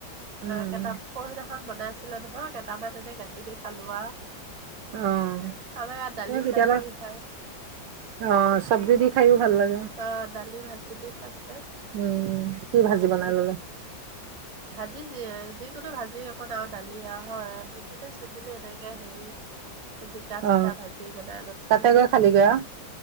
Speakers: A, on the right; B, on the right.
A: উম
B: কেইটা পহি না খন বনাইছিলে নহয়। কেইটামান এনে গাখীৰ দি খালো আ।
A: অ'
B: তাৰপৰা ইয়াত দালি-চালি
A: মই কেতিয়াবা
B: দি খায়।
A: অ চব্জি দি খাই ভাল লাগে
B: অ', দালি ভাজি দি খাইছে
A: উম উম কি ভাজি
B: অ', গাখীৰ
A: বনাই
B: দি
A: ললে
B: ভাজি যিয় যিকোনো ভাজি অকণ আৰু দালি হয় ধুন্দুলি চুন্দুলি এনেকে হেৰি জিকা চিকা
A: অ
B: ভাজি বনাই লৈছে
A: তাতে গৈ খালিগৈ আও